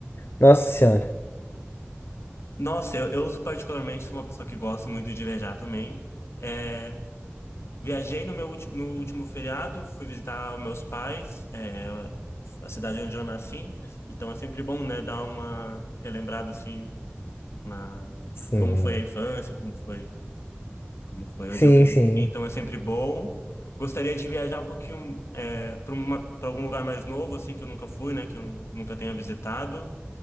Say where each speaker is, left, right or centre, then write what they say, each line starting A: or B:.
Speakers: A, on the left (about 60°); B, on the left (about 80°).
A: Nossa Senhora.
B: Nossa, eu, eu particularmente sou uma pessoa que gosta muito de viajar também. É, viajei no meu ulti- no último feriado, fui visitar meus pais. É, a cidade onde eu nasci, é, então é sempre bom, né, dar uma relembrada assim na
A: Sim.
B: como foi a infância, como foi, como foi onde
A: Sim,
B: eu cresci,
A: sim.
B: então é sempre bom. Gostaria de viajar um pouquinho é, para uma, para algum lugar mais novo assim que eu nunca fui, né, que eu nunca tenha visitado.